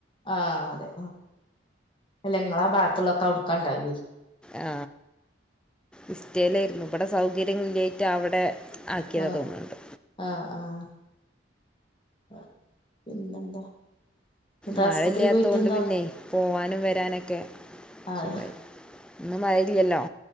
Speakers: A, on the left; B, in the centre.
A: ആ അതെ,. അല്ല നിങ്ങളാ പാകത്തുള്ളൊക്കെ അടുക്കാണ്ടാവോ.
B: ആ, ഇസ്റ്റയിലായിരുന്നു. ഇവിടെ സൗകര്യം ഇില്ലായിട്ട് അവിടെ. ആക്കിയതാ
A: ആഹ
B: തോന്നുന്നുണ്ട്
A: ആഹ ആഹ് ആ, പിന്നെന്താ? എന്നിട്ട്
B: മഴ
A: ആസ്പത്രി
B: ഇല്ലാത്തോണ്ട്
A: പോയിട്ടെന്താ
B: പിന്നെ പോവാനും വരാനൊക്കെ
A: ആഹ്
B: സുഖായി. ഇന്ന് മഴ ഇല്ലെല്ലോ.?